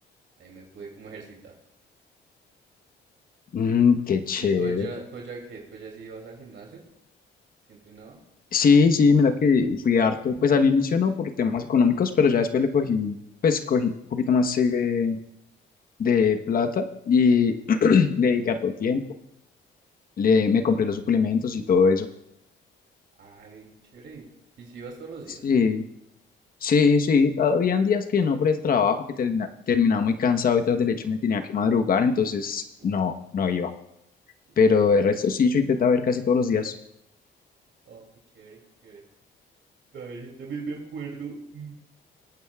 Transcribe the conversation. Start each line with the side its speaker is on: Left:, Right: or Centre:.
Right: ahí me pude como ejercitar.
Left: Mm, qué chévere.
Right: ¿Y tú allá, tú allá qué ¿Tú allá sí ibas al gimnasio? ¿Sí entrenabas?
Left: Sí, sí, mira que fui harto. Pues al inicio no por temas económicos, pero ya después le cogí, pues cogí un poquito más eh, de, plata y <clears throat> le dediqué harto tiempo. Le, me compré los suplementos y todo eso.
Right: Ah, bien, qué chévere. ¿Y, y si ibas todos los
Left: Sí,
Right: días?
Left: sí, sí. Habían días que no por el trabajo, que termina- terminaba muy cansado y tras del hecho me tenía que madrugar, entonces
Right: Uf,
Left: no, no iba.
Right: sí,
Left: Pero
Right: baila.
Left: de resto sí, yo intentaba ver casi todos los días.
Right: Oh, qué chévere, qué chévere. A ver, yo también me acuerdo. mm,